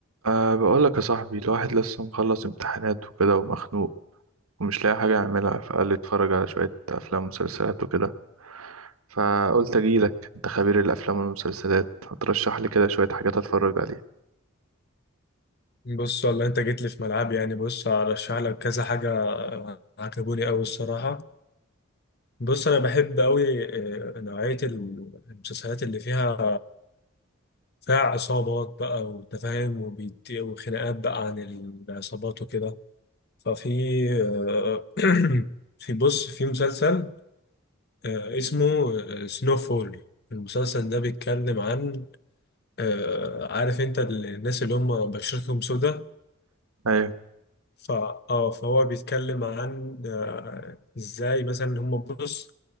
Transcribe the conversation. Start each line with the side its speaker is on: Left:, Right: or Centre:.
Right: أه بقول لك يا صاحبي الواحد لسه مخلص امتحانات وكده ومخنوق ومش لاقي حاجة أعملها فقال لي اتفرج على شوية أفلام ومسلسلات وكده فقلت أجيلك أنت خبير الأفلام والمسلسلات هترشح لي كده شوية حاجات أتفرج عليها
Left: بص والله انت جيت لي في ملعب يعني بص هرشح لك كذا حاجه عجبوني قوي الصراحه بص انا بحب قوي آه، نوعيه المسلسلات اللي فيها فيها عصابات بقى وتفاهم وبيت- وخناقات بقى عن العصابات وكده ففي آه، <clears throat> في بص في مسلسل آه، اسمه سنو فول المسلسل ده بيتكلم عن آه، عارف انت الناس اللي هم بشرتهم سودة
Right: أيوة
Left: ف اه فهو بيتكلم عن آه، ازاي مثلا هم بص